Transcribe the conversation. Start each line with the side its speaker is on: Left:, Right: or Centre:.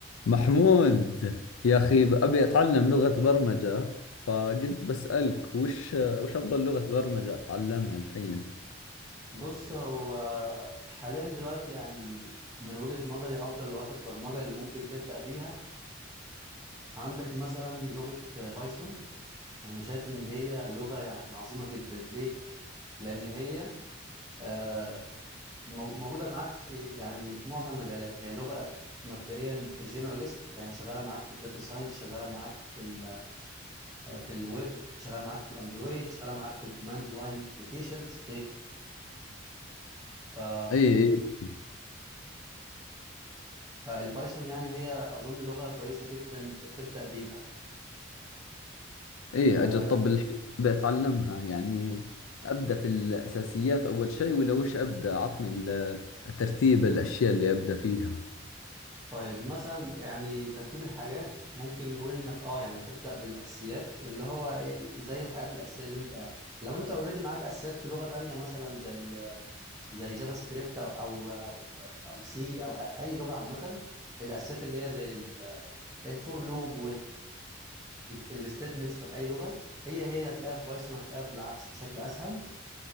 Left: محمود يا أخي أبي أتعلم لغة برمجة فقلت بسألك وش وش أفضل لغة برمجة أتعلمها الحين؟
Right: بص هو حاليا دلوقتي يعني من وجهة نظري أفضل لغات البرمجة اللي ممكن تبدأ بيها عندك مثلا لغة بايثون أنا شايف إن هي لغة يعني عظيمة جدا ليه؟ لأن هي آه، مو- موجودة معاك في يعني في معظم المجالات هي لغة مبدئيا جنراليست يعني شغالة معاك في الداتا ساينس شغالة معاك في ال آه، في الويب شغالة معاك في الأندرويد شغالة معاك في الكوماند لاين أبلكيشنز غيره
Left: إي إي إي
Right: فالبايثون يعني هي أظن لغة كويسة جدا تبدأ بيها
Left: إي،
Right: آه
Left: أجل طب الحين أبي أتعلمها يعني أبدأ في الأساسيات أول شيء ولا وش أبدأ؟ عطني ال- الترتيب الأشياء اللي أبدأ فيها
Right: طيب مثلا يعني ترتيب الحاجات ممكن نقول إنك أه يعني هتبدأ بالأساسيات اللي هو زي الحاجات الأساسية اللي أنت لو أنت أوريدي معاك أساسيات في لغة تانية مثلا زي زي جافا سكريبت أو أو أو, أو سي أو أي لغة عامة الأساسيات اللي هي زي الفور لوب والستيتمنتس بتاعت أي لغة هي هي هتلاقيها في بايثون هتلاقيها بالعكس بشكل أسهل